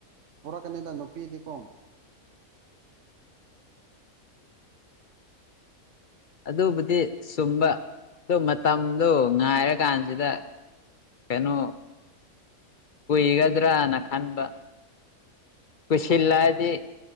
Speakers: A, on the right; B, on the left.
A: ꯄꯨꯔꯛꯀꯅꯤꯗ ꯅꯨꯄꯤꯗꯤ ꯀꯣ
B: ꯑꯗꯨꯕꯨꯗꯤ ꯆꯨꯝꯕ ꯑꯗꯨ ꯃꯇꯝꯗꯣ ꯉꯥꯏꯔꯛ ꯀꯥꯟꯁꯤꯗ ꯀꯩꯅꯣ ꯀꯨꯏꯒꯗ꯭ꯔꯥꯅ ꯈꯟꯕ ꯀꯣꯏꯁꯤꯜꯂꯛ ꯑꯥꯗꯤ